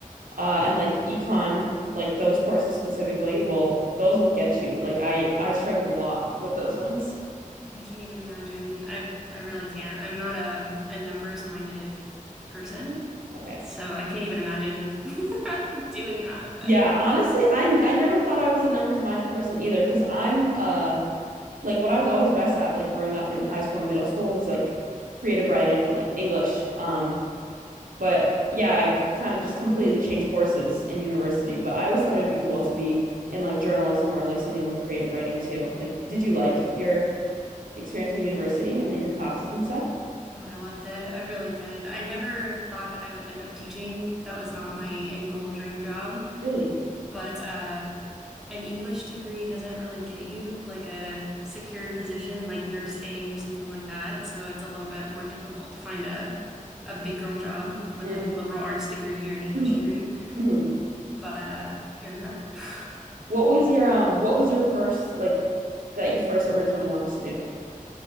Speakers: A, on the right (about 80°); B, in the centre.
A: uh and like econ like those courses specifically will those will get you like I I struggled a lot with those ones
B: I can't even imagine. I I really can't. I'm not a a numbers minded person,
A: Okay.
B: so I can't even imagine <laughs> doing that, but
A: yeah honestly I I never thought I was a numbers minded person either because I'm uh like what I was always best at like growing up in high school and middle school was like creative writing and like English um but yeah I kind of just completely changed courses in university but I always thought it'd be cool to be in like journalism or like something with creative writing too like did you like your experience in university and in your classes and stuff?
B: oh, I loved it. I really did. I never thought that I would end up teaching. That was not my end goal dream job.
A: Really?
B: But uh, an English degree doesn't really get you like a secured position like nursing or something like that. So it's a little bit more difficult to find a a big girl job with
A: Mhm.
B: like a liberal arts degree or an English
A: Mhm.
B: degree.
A: Mhm.
B: But uh here we are. <laughs> <sighs>
A: What was your um what was your first like that you first originally wanted to do?